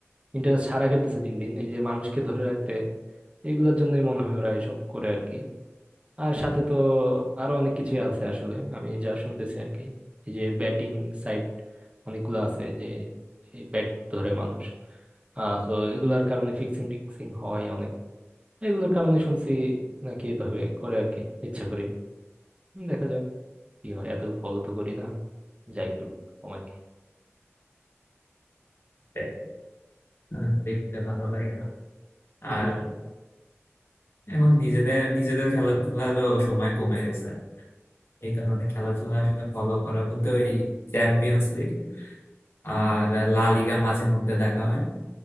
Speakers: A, on the right; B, on the left.
A: ইন্টারনেট সারাই ফেলতেছে দিন দিন এই যে মানুষকে ধরে রাখতে এগুলোর জন্যই মনে হয় ওরা এসব করে আর কি আর সাথে তো আরো অনেক কিছুই আছে আসলে আমি যা শুনতেছি আর কি এই যে ব্যাটিং সাইট অনেকগুলো আছে যে এই ব্যাট ধরে মানুষ আহ তো এগুলার কারণে ফিক্সিং টিক্সিং হয় অনেক এগুলোর কারণে শুনছি নাকি এভাবে করে আর কি ইচ্ছা করি দেখা যাক কি হয় এত ফলো তো করি না যাই করুক আমার কি
B: তাই আমার দেখতে ভালো লাগে না
A: হুম
B: আর এখন নিজেদের নিজেদের খেলাধুলারও সময় কমে গেছে এই কারণে খেলাধুলা আসলে ফলো করা বলতে ওই চ্যাম্পিয়ন্স লিগ আর লা লিগা মাঝে মধ্যে দেখা হয়